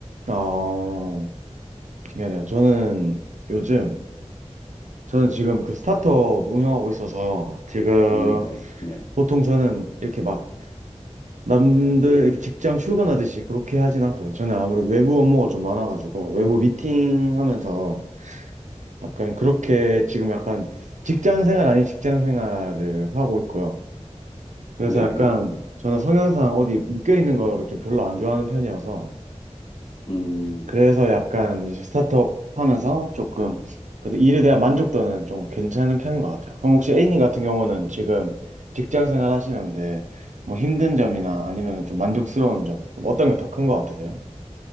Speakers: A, on the right; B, on the left.
A: 어, 신기하네요. 저는 요즘, 저는 지금 그 스타트업 운영하고 있어서 지금
B: 음, 네. 네.
A: 보통 저는 이렇게 막 남들 이렇게 직장 출근하듯이 그렇게 하진 않고요. 저는 아무래도 외부 업무가 좀 많아가지고 외부 미팅 하면서 약간 그렇게 지금 약간 직장 생활 아닌 직장 생활을 하고 있고요. 그래서
B: 네.
A: 약간 저는 성향상 어디 묶여 있는 거를 좀 별로 안 좋아하는 편이어서
B: 음,
A: 그래서 약간 이제 스타트업 하면서 조금 그래도 일에 대한 만족도는 좀 괜찮은 편인 것 같아요. 그럼 혹시 A님 같은 경우는 지금 직장 생활 하시는데 뭐 힘든 점이나 아니면 좀 만족스러운 점좀 어떤 게 더 큰 것 같으세요?